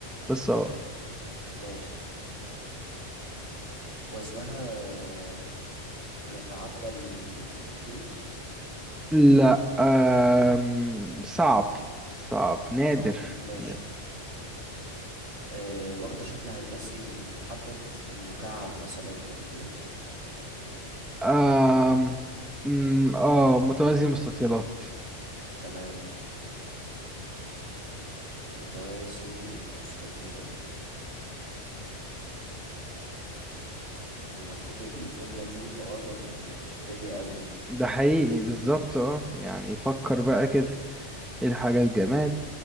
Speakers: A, in the centre; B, on the right.
A: بس اهو
B: ماشي وزنها آه، يتعدى ال- الكيلو
A: لا أم... صعب صعب نادر
B: صعب ماشي
A: نادر
B: آه، واخدة شكل هندسي محدد مكعب مثلا أو كده
A: أم... أم، اه متوازي مستطيلات
B: تمام متوازي مستطيلات المفروض الجملة دي تقرب ال- الدنيا قوي يعني
A: ده حقيقي بالظبط اه يعني فكر بقى كده ايه الحاجة الجماد